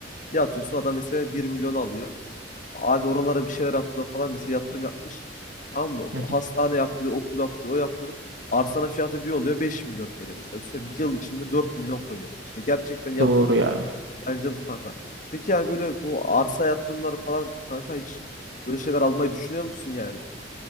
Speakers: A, on the left (about 45°); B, on the right (about 70°).
A: Bir atıyorsun adam mesela Bir milyon alıyor. Abi oralara bir şeyler yaptılar falan mesela yatırım yapmış. Tamam mı?
B: Hı hı.
A: Hastane yapılıyor, okul yapılıyor, o yapılıyor. arsana fiyatı bir oluyor beş milyon TL mesela. Düşünsene bir yıl içinde 4 milyon koyuyor. İşte gerçekten yatırım
B: Doğru ya.
A: bence bu kanka. Peki yani böyle bu arsa yatırımları falan kanka hiç böyle şeyler almayı düşünüyor musun yani?